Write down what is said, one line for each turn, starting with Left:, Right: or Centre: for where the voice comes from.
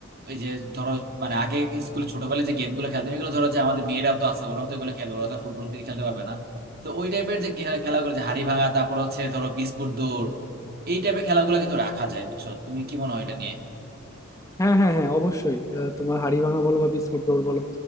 Right: ওই যে ধরো মানে আগে স্কুলে ছোটবেলায় যে গেম গুলো খেলতাম এগুলো ধরো যে আমাদের মেয়েরাও তো আছে ওরাও তো এগুলো খেলবে ওরা তো ফুটবল থেকে খেলতে পারবে না তো ওই টাইপের যে খে- খেলাগুলো যে হাড়ি ভাঙা তারপর হচ্ছে ধরো বিস্কুট দৌড় এই টাইপের খেলাগুলো কিন্তু রাখা যায় বুঝছো তুমি কি মনে হয় এটা নিয়ে
Left: হ্যাঁ হ্যাঁ হ্যাঁ অবশ্যই আহ, তোমার হাড়ি ভাঙা বলো বা বিস্কুট দৌড় বলো